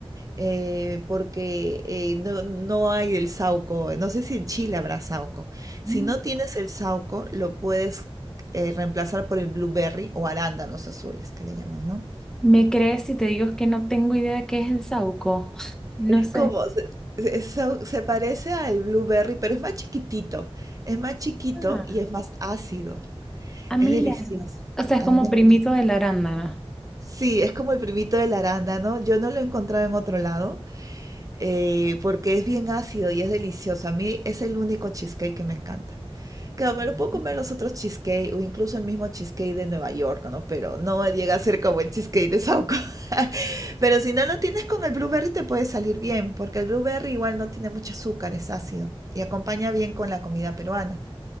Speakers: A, on the right; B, in the centre.
A: eh, porque eh, no, no hay el saúco. No sé si en Chile habrá saúco. Si
B: Mm.
A: no tienes el saúco, lo puedes eh, reemplazar por el blueberry o arándanos azules, que le llaman, ¿no?
B: ¿Me crees si te digo que no tengo idea de qué es el saúco? <laughs> No
A: Es
B: sé.
A: como, se, se- so- se parece al blueberry, pero es más chiquitito. Es más chiquito
B: Ah,
A: y es más ácido.
B: ah, mira.
A: Es delicioso.
B: O sea, es
A: A
B: como
A: mí me encanta.
B: primito de la arándana.
A: Sí, es como el primito del arándano. Yo no lo he encontrado en otro lado eh, porque es bien ácido y es delicioso. A mí es el único cheesecake que me encanta. Claro, me
B: Ujú.
A: lo puedo comer los otros cheesecake o incluso el mismo cheesecake de Nueva York, ¿no? Pero no llega a ser como el cheesecake de Sauco. <laughs> Pero si no lo tienes con el blueberry te puede salir bien, porque el blueberry igual no tiene mucho azúcar, es ácido y acompaña bien con la comida peruana.